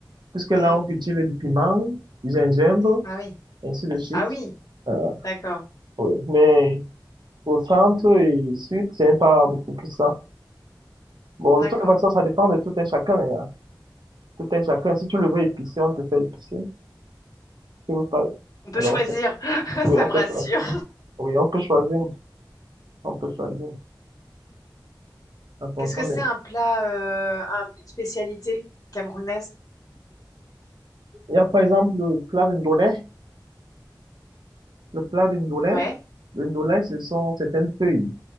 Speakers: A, on the right; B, on the left.
A: puisque là,
B: Hmm.
A: on cultive du piment, du gingembre,
B: Ah oui.
A: ainsi de suite.
B: Ah oui.
A: Euh,
B: D'accord.
A: oui. Mais au centre et sud, c'est pas beaucoup plus ça. Bon,
B: D'accord.
A: de toute façon, ça dépend de tout un chacun. hein. Tout un chacun. Si tu le veux épicé, on te fait épicé. Si vous pas.
B: On peut
A: Donc,
B: choisir. <laughs>
A: oui,
B: Ça
A: on
B: me
A: peut
B: rassure.
A: choisir. Oui, on peut choisir. On peut choisir en fonction
B: Qu'est-ce que c'est
A: de...
B: un plat, euh, un- une spécialité camerounaise?
A: Il y a par exemple le clave indolent. Le plat d'une dolay,
B: Ouais.
A: une dolay, ce sont certaines feuilles